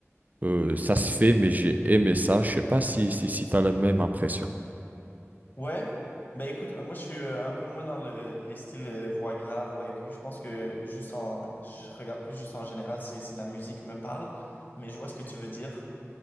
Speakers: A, on the right; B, on the left.
A: euh, ça se fait, mais j'ai aimé ça. Je sais pas si si, si tu as la même impression.
B: Ouais, ben écoute, euh, moi je suis euh, un peu moins dans le- les styles euh, voix grave, voix aiguë. Je pense que juste en, je regarde plus juste en général si, si la musique me parle, mais je vois ce que tu veux dire.